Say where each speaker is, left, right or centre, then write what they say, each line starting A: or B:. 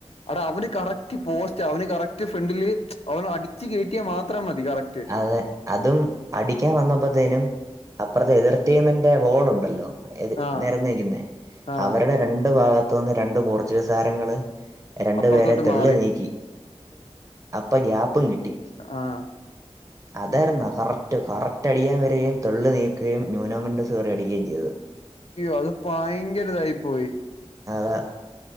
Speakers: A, on the left (about 65°); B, on the right (about 30°).
A: അടാ അവന് കറക്റ്റ് പോസ്റ്റ് അവന് കറക്റ്റ് ഫ്രണ്ടില് അവന അടിച്ചു കയറ്റിയാൽ മാത്രം മതി കറക്റ്റ്
B: അതെ അതും അടിക്കാൻ വന്നപ്പോത്തേനും അപ്പറത്തെ എതിർടീമിന്റെ വോൾണ്ടല്ലോ
A: ആ
B: നിരന്ന നിക്കുന്നേ
A: ആ
B: അവരുടെ രണ്ടു ഭാഗത്തു നിന്ന് രണ്ടു പോർച്ചുഗീസ് താരങ്ങള് രണ്ടു
A: അപ്പുറത്തോട്ട്
B: പേരെ തെള്
A: മാറി
B: നീക്കി അപ്പൊ ഗ്യാപ്പും കിട്ടി.
A: ആഹ്
B: അതായിുന്നാ കറക്റ്റ് കറക്റ്റ് അടിയാൻ വരകയും തൊള് നീക്കുകയും ന്യൂനോമെൻറ്സ്യറി അടുകയും ചെയ്ത്
A: അത് ഭയങ്കരതായി പോയി
B: അതാ